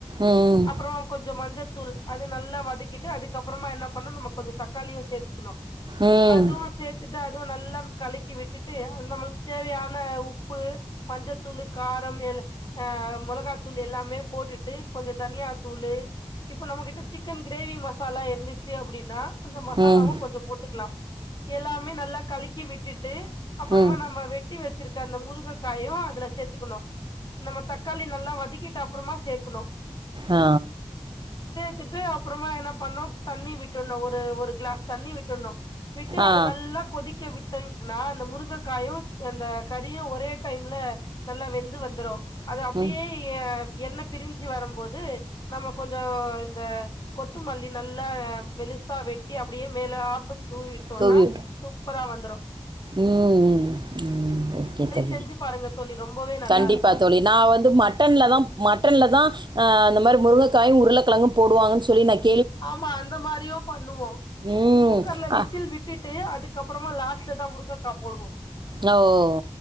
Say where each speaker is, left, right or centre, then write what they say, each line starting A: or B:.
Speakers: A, on the right (about 50°); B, on the left (about 45°).
A: ம்
B: அப்புற கொஞ்ச மஞ்சத்தூள் அது நல்லா வதக்கிட்டு அதுக்கப்புறமா என்ன பண்னணு நம்ம கொஞ்ச தக்காளியு சேத்துக்கணு
A: ம்
B: அதுவு சேத்துட்டு அதுவு நல்லா கலக்கி விட்டுட்டு நம்மளுக்கு தேவையான உப்பு மஞ்சத்தூளு கார ஆ மெளகாத்தூள் எல்லாமே போட்டுட்டு கொஞ்ச தனியாத்தூளு இப்ப நம்மகிட்ட சிக்கன் கிரேவி மசாலா இருந்துச்சு அப்படின்னா அந்த மசாலாவு
A: ம் ம்
B: கொஞ்ச போட்டுக்கலா எல்லாமே நல்லா கலக்கி விட்டுட்டு அப்புறமா
A: ம்
B: நம்ம வெட்டி வச்சிருக் க அந்த முருங்கக்காயு அதுல சேத்துக்கணு நம்ம தக்காளி நல்லா வதக்கிட்டு அப்பறமா சேக்கனனு
A: ஆ
B: ட்டு அப்பறமா என்னா பண்னோ தண்ணி விட்டுணு ஒரு ஒரு கிளாஸ் தண்ணி விட்டுணு விட்டு அது
A: ஆ
B: நல்லா கொதிக்க விட் னா அந்த முருங்கைக்காயு அந்த கறியு ஒரே டைம்ல நல்லா வெந்து வந்துரு அது அப்படியே
A: ம்
B: ஏ என்ன பிரிஞ்சு வரும்போது நம்ம கொஞ்ச இந்த கொத்துமல்லி நல்லா மெலிசா வெட்டி அப்டியே மேலாப்ப தூவிட்டோம்னா
A: தூவி விட்டு
B: சூப்பரா வந்துரு
A: ம் ம் ஓகே தோழி
B: செஞ்சி பாருங்க தோழி ரொம்பவே நல்லா
A: கண்டிப்பா
B: இருக்கு
A: தோழி நா வந்து மட்டன்லதா மட்டன்ல தா அ இந்த மாரி முருங்காயு உருளக்கெழங்கு போடுவாங்கன்னு சொல்லி நா கே
B: ஆமா அந்த மாரியு பண்ணுவோ
A: ம்
B: எ குக்கர்ல விசில்
A: ஆ
B: விட்டுட்டு அதுக்கப்புறமா லாஸ்ட் லதா முருங்கக்கா போடுவோ
A: நா ஓ